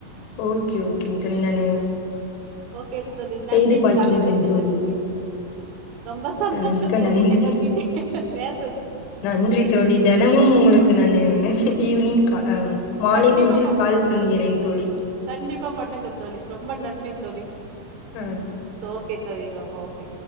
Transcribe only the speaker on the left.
ஓகே ஓ கேங் தோழி நானு
செய்து
பார்க்கின்றேங்க
தோழி.
அ மிக்க
நன்றி.
நன்றி தோழி தெனமும் உங்களுக்கு நானு ஈவ்னிங் கா ஆ மாலை
பொழுதில்
கால் பண்ணுகிறேன் தோழி
அ